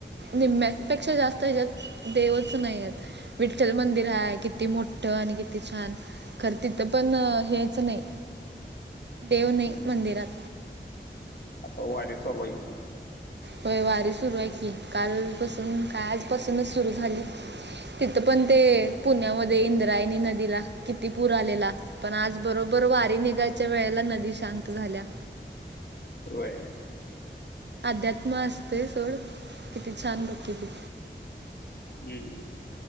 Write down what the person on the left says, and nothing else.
हम्म
आता वारी चालू आहे की.
व्हयं.
हम्म